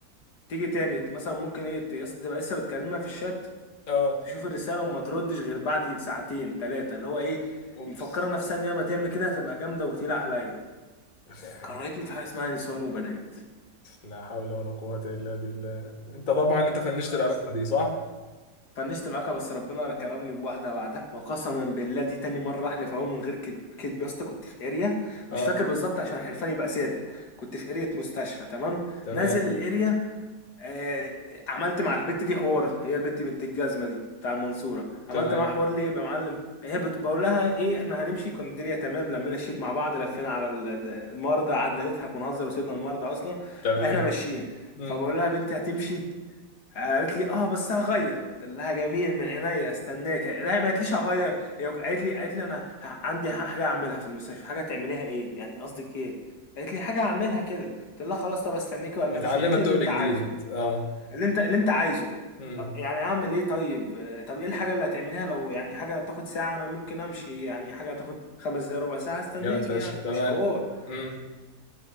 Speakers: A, on the left (about 70°); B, on the left (about 30°).
A: تيجي تاني مثلا ممكن ايه يا اسطى تبقى لسه بتكلمها في الشات
B: اه
A: تشوف الرسالة وما تردش غير بعد ساعتين تلاتة اللي هو ايه
B: اوبس
A: مفكرة نفسها ان هي ما تعمل كده هتبقى جامدة وتقيلة عليا
B: <laughs>
A: كرهتني في حاجة اسمها نسوان وبنات
B: لا حول ولا قوة إلا بالله انت طبعا انت فنشت
A: بس
B: العلاقة دي صح؟
A: فنشت العلاقة بس ربنا كرمني بواحدة بعدها وقسما بالله دي تاني مرة أحلف أهو من غير كدب كدب يا اسطى كنت في اريا
B: اه
A: مش فاكر بالظبط عشان الحلفان يبقى صادق كنت في اريا مستشفى تمام
B: تمام
A: نازل الاريا آه، عملت مع البت دي حوار هي البت بنت الجزمه دي بتاع المنصوره عملت
B: تمام
A: معاها حوار ليه يا معلم هي بت... بقول لها ايه احنا هنمشي كان الدنيا تمام لمينا الشيت مع بعض لفينا على ال- المرضى قعدنا نضحك ونهزر وسيبنا المرضى اصلا
B: تمام
A: احنا ماشيين
B: امم
A: فبقول لها بنتي هتمشي قالت لي اه بس هغير قلت لها جميل من عينيا استناك لا ما قالتليش هغير هي قالت لي قالت لي انا ه- عندي حاجه اعملها في المستشفى حاجه تعمليها ايه يعني قصدك ايه قالت لي حاجه هعملها كده قلت لها خلاص طب استناكي ولا
B: متعلمة
A: امشي قالت
B: تقل
A: لي اللي انت
B: جديد
A: عايزه
B: اه
A: اللي انت اللي انت عايزه
B: امم
A: طب يعني اعمل ايه طيب آه، طب ايه الحاجه اللي هتعمليها لو يعني حاجه تاخد ساعه انا ممكن امشي يعني حاجه تاخد خمس دقايق ربع ساعه استناك
B: جامد فشخ
A: يعني
B: تمام
A: مش حوار
B: امم